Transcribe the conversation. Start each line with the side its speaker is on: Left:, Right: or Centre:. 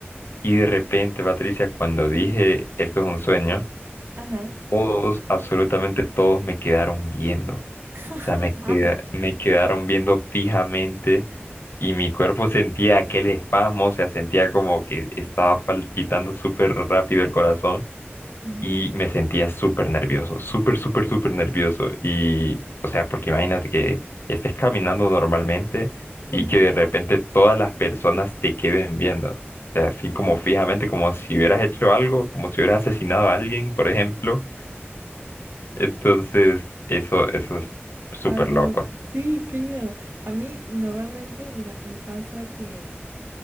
Left: Y de repente, Patricia, cuando dije, esto es un sueño,
Right: Ajá.
Left: todos, absolutamente todos me quedaron viendo.
Right: <laughs>
Left: O sea, me queda- me quedaron viendo fijamente y mi cuerpo sentía aquel espasmo, o sea, sentía como que estaba palpitando súper rápido el corazón
Right: Ujú.
Left: y me sentía súper nervioso, súper, súper, súper nervioso. Y, o sea, porque imagínate que estés caminando normalmente y
Right: Ujú.
Left: que de repente todas las personas te queden viendo. O sea, así como fijamente, como si hubieras hecho algo, como si hubieras asesinado a alguien, por ejemplo. Entonces, eso, eso es súper
Right: Ay, no.
Left: loco.
Right: Sí, qué miedo. A mí normalmente, mira, me pasa que,